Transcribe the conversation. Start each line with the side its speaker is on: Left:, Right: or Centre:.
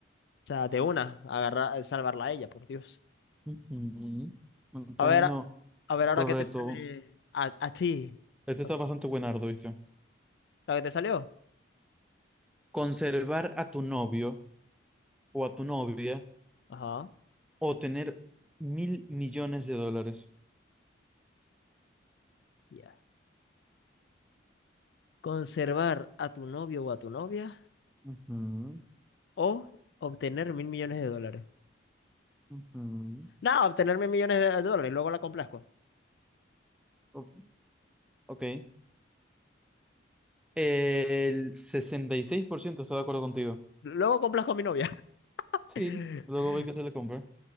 Left: sea, de una, agarrar, salvarla a ella, por Dios.
Centre: Ujú. Está
Left: A ver,
Centre: en
Left: a
Centre: lo
Left: a ver ahora
Centre: correcto.
Left: qué te sale a, a ti.
Centre: Este
Left: Ok,
Centre: está bastante buenardo, ¿viste?
Left: ¿Lo que te salió?
Centre: Conservar a tu novio o a tu novia
Left: Ajá.
Centre: o tener mil millones de dólares.
Left: ya conservar a tu novio o a tu novia
Centre: Ujú,
Left: o obtener mil millones de dólares.
Centre: ujú.
Left: No, obtener mil millones de dólares, luego la complazco.
Centre: O- ok. El 66%, está de acuerdo contigo.
Left: Luego complazco a mi novia. <laughs>
Centre: Sí,
Left: Exacto.
Centre: luego ve que se le compra.